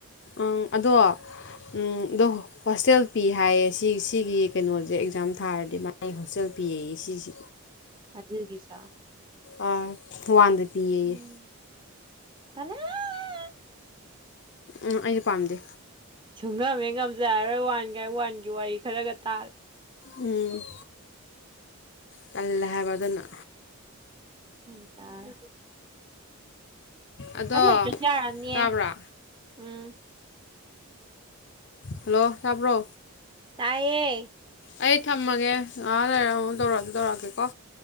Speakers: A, on the left (about 50°); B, on the right (about 20°).
A: ꯎꯡ ꯑꯗꯣ ꯎꯝ ꯑꯗꯣ ꯍꯣꯁꯇꯦꯜ ꯄꯤ ꯍꯥꯏꯌꯦ ꯁꯤ ꯁꯤꯒꯤ ꯀꯩꯅꯣꯁꯦ ꯑꯦꯛꯖꯥꯝ ꯊꯥꯔꯗꯤ ꯃꯥꯒꯤ ꯍꯣꯁꯇꯦꯜ ꯄꯤꯌꯦꯌꯦ ꯁꯤꯁꯦ
B: ꯑꯗꯨꯒꯤꯁ
A: ꯑꯥ ꯋꯥꯟꯗ ꯄꯤꯌꯦꯌꯦ
B: ꯎꯝ ꯇꯜꯂꯦꯍꯦ
A: ꯎꯝ ꯑꯩꯅ ꯄꯥꯝꯗꯦ
B: ꯁꯨꯡ ꯉꯝꯍꯦꯛ ꯉꯝꯖ ꯔꯔꯣꯏ ꯋꯥ ꯋꯥꯟꯒꯤ ꯋꯥꯔꯤ ꯈꯔꯒ ꯇꯥꯜ
A: ꯎꯝ ꯇꯜꯂꯦ ꯍꯥꯏꯕ ꯑꯗꯨꯅ
B: ꯎꯝ ꯇꯥꯔꯦ
A: ꯑꯗꯣ
B: ꯑꯗ ꯀ ꯌꯥꯅꯤꯦ
A: ꯇꯥꯕ꯭ꯔꯥ
B: <unintelligible> ꯎꯝ
A: ꯍꯜꯂꯣ ꯇꯥꯕ꯭ꯔꯣ
B: ꯇꯥꯏꯌꯦ
A: ꯑꯩ ꯊꯝꯃꯒꯦ ꯉꯥꯏꯍꯥꯛ ꯂꯩꯔ ꯑꯃꯨ ꯇꯧꯔꯛ ꯑꯁꯨ ꯇꯧꯔꯛꯑꯒꯦꯀꯣ